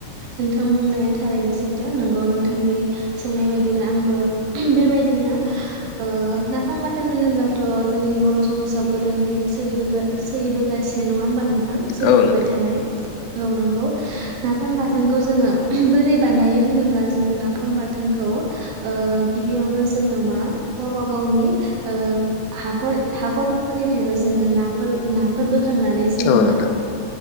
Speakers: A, on the right; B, on the left.
A: नोंथां बुंनाया थारैनो सैथो। नंगौ नोंथांनि सोंनाय बयदिनो आंबो बेबायदिनो ओ नाफाम बाथोन होनोब्लाथ' जोंनि बर' समाजाव गोदोनिफ्रायनो सोलिबो गा सोलिबोगासिनो नङा होमबा नों थां सोलिबोबाय
B: औ नोंथां
A: थानाय औ नंगौ। ना नाफाम बाथोनखौ जोङो बोरै बानायो होनोब्ला जोङो नाफाम बाथोनखौ । ओ गिबिआवनो जोङो मा गावबा गावनि ओ हाखर हाखरफोरनिफ्रायबो जोङो नाफोर ना खांनानै जोङो
B: औ
A: मा
B: नोंथां